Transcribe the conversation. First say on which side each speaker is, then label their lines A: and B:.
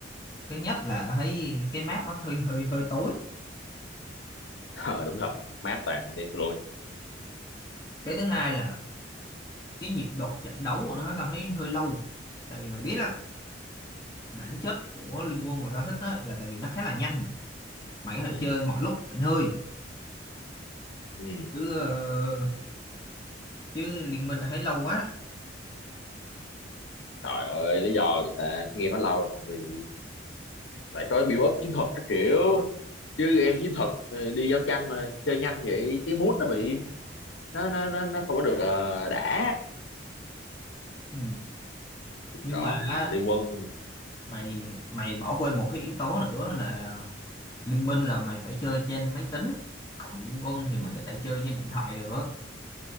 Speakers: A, on the left; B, on the left.
A: thứ nhất là tao thấy cái map nó hơi hơi hơi tối
B: <laughs> ờ đúng thật mát toàn nên thôi
A: cái thứ hai là cái nhịp độ trận đấu của nó tao thấy hơi lâu tại vì mày biết á bản chất của Liên Quân mà tao thích á là tại vì nó khá là nhanh mày có thể
B: ừ
A: chơi mọi lúc mọi nơi
B: ừ
A: chứ ờ, chứ Liên Minh tao thấy lâu quá
B: trời ơi lý do người ta cứ game quá lâu rồi tại vì phải có build up chiến thuật các kiểu chứ em chiến thuật ờ, đi giao tranh mà chơi nhanh vậy cái mood nó bị nó nó nó nó không có được ờ, đã
A: ừ. nhưng
B: còn
A: mà á,
B: liên quân
A: mày mày bỏ quên một cái yếu tố nữa là Liên Minh là mày phải chơi trên máy tính còn Liên Quân thì mày
B: ừ
A: có thể chơi trên điện thoại được